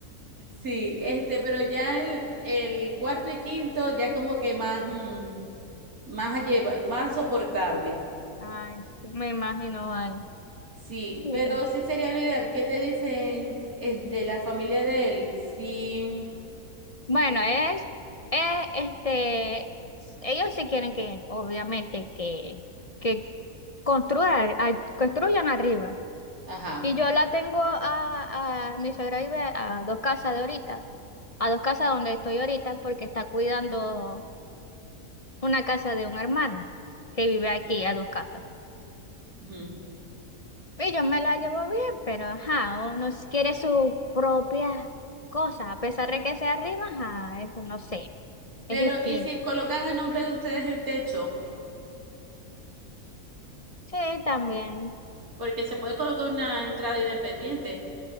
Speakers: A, on the right; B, on the left.
A: Sí, este, pero ya el, el cuarto y quinto ya es como que más, mm, más a lleva- más soportable.
B: Ay, sí. Me imagino mal.
A: Sí,
B: Sí.
A: pero sí sería lo ideal. ¿Qué te dicen, este, la familia de él? Sí,
B: Bueno,
A: es-
B: es, eh, este, ellos sí quieren que, obviamente, que, que Construir, a- construyan arriba.
A: ajá.
B: Y yo la tengo a, a mi suegra vive a dos casas de ahorita, a dos casas donde estoy ahorita, porque está cuidando una casa de un hermano que vive aquí a dos casas.
A: ujú, ujú.
B: Y yo me la llevo bien, pero ajá, uno s- quiere su propia cosa, a pesar de que sea arriba, ajá, es, no sé,
A: Pero,
B: es distinto.
A: ¿y si colocan el nombre de ustedes el techo?
B: Sí, también.
A: Porque se puede colocar una entrada independiente.